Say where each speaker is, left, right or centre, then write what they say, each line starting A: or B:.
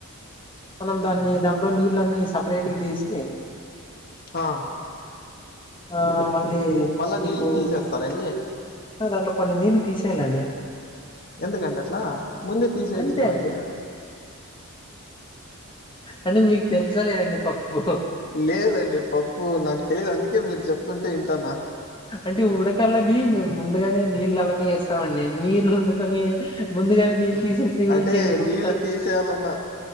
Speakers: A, on the left; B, on the left.
A: మనం దాన్ని దాంట్లో నీళ్ళన్నీ సపరేట్ గా తీసి.
B: ఆ
A: ఆ మళ్ళీ
B: మళ్ళా
A: నీకు
B: నీళ్లు తీసేస్తారండి
A: దాంలో కొన్ని నళ్లు తీసేయాలండి
B: ఎందుకండి అట్లా ముందే తీసేయచ్చు
A: అంతే
B: కదండి
A: అండి అంటే మీకు తెలుస లేదండి పప్పు
B: లేదండి పప్పు నాకు తెలిదు అందుకే మీరు చెప్తుంటే వింటానా
A: అంటే ఉడకల్లని మేము ముందుగానే నీళ్ళు అవన్నీ ఏస్తామండి మీరు వండుకొని ముందుగానే నీళ్ళ తీసేసి
B: అంటే
A: ఊరికే ఎందుకు
B: నీళ్ళు
A: ఉత్త
B: తీసి యాలన్నా